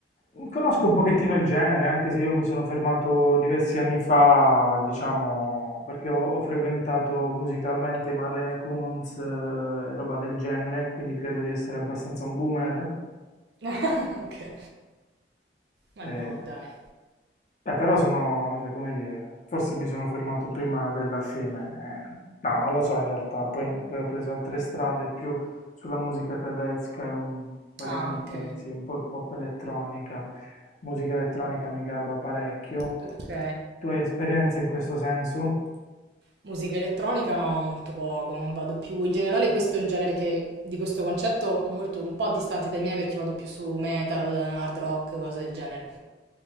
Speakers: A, on the left (about 40°); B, on the right (about 65°).
A: Mm, conosco un pochettino il genere, anche se io mi sono fermato diversi anni fa, diciamo, perché ho, ho frequentato musicalmente Marlene Kunz eh, e roba del genere, quindi credo di essere abbastanza un boomer.
B: <laughs> Ok, ma
A: eh,
B: no, dai.
A: Eh, però sono, cioè, come dire, forse mi sono fermato prima della fine. eh. No, non lo so in realtà, poi, poi ho preso altre strade più sulla musica tedesca e un, vagamente,
B: Ah, ok,
A: sì, un po' pop elettronica. Musica elettronica mi garba parecchio.
B: ok.
A: Tu hai esperienza in questo senso?
B: Musica elettronica no, molto poco, vado più, in generale questo è un genere che, di questo concerto molto, un po' distante dai miei perché vado più su metal, hard rock, cose del genere.